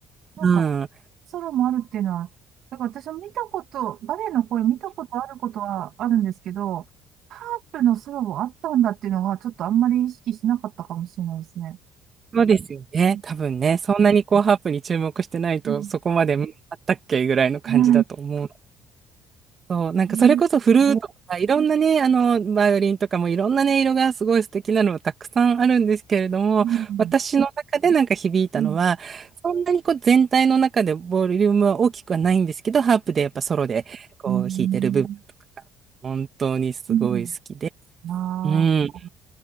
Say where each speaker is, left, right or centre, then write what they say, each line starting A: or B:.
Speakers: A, on the right (about 65°); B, on the right (about 45°).
A: なんか、
B: うん。
A: ソロもあるっていうのは、だから私も見たこと、バレエの声見たことあることはあるんですけど、ハープのソロもあったんだっていうのは、ちょっとあんまり意識しなかったかもしれないですね。
B: そうですよね。
A: うん
B: 多分ね、そんなにこうハープに注目してないと、
A: うん。
B: そこまでうんあったっけぐらいの感じだと思う。
A: う
B: そう、なんかそれこそフルートとか、
A: ん。
B: いろんなね、あの、バイオリンとかもいろんな音色がすごい素敵なのがたくさんあるんですけれども、
A: うん。
B: 私の中でなんか響いたのは、
A: うん。
B: そんなにこう全体の中でボリュームは大きくはないんですけど、ハープでやっぱソロでこう弾いてる部分とかが本当にすごい好きで、
A: うんうんああ、
B: うん、